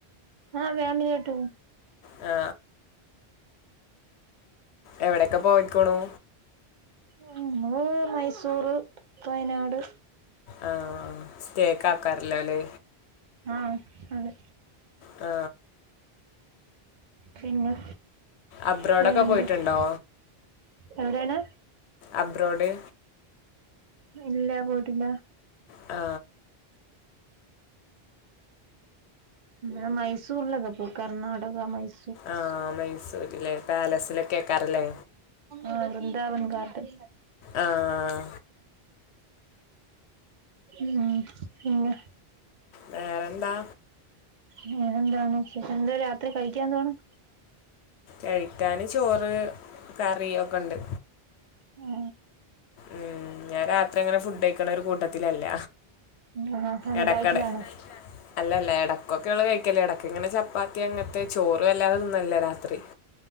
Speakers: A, on the right (about 55°); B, on the left (about 85°).
A: ആ ഫ്യാമിലിയായിട്ട് പോ
B: ആ എവിടെക്കെ പോയിക്കോണു
A: നമ്മള് മൈസൂർ വയനാട്
B: ആ സ്റ്റേക്ക് ആക്കാറല്ലോ അല്ലേ
A: ആ അതെ
B: ആ
A: പിന്നെ
B: അബ്രോഡൊക്കെ
A: വേറെന്തൊക്കെ
B: പോയിട്ടുണ്ടോ?
A: എവിടെയാണ്
B: അബ്രോഡ്.
A: ഇല്ല പോയിട്ടില്ല.
B: ആ
A: ആ മൈസൂർലക്കെ പോയി കർണടക മൈസൂർ
B: ആ മൈസൂരിലെ പാലസിലൊക്കെ കേക്കാറില്ലേ
A: ആ വൃന്ദാവൻഗാർഡൻ.
B: ആഹ്
A: ഉം പിന്നെ.
B: വേറെന്താ
A: വേറെന്താണ് വിശേഷം എന്തുവാ രാത്രി കഴിക്കാനെന്തുവാണ്
B: കഴിക്കാന് ചോറ് കറി ഒക്കെ ഒണ്ട്
A: ആ
B: ഉം ഞാൻ രാത്രി അങ്ങനെ ഫുഡ് കഴിക്കണ ഒരു കൂട്ടത്തിലല്ല
A: ആ അന്തതാ
B: എടക്കടെ
A: ഡയറ്റിലാണാ
B: അല്ലല്ല. ഇടക്കൊക്കെ ഒള്ള് കഴിക്കല് ഇടക്കിങ്ങനെ ചപ്പാത്തി അങ്ങനത്തെ ചോറും വല്ലാതെ തിന്നലില്ല രാത്രി.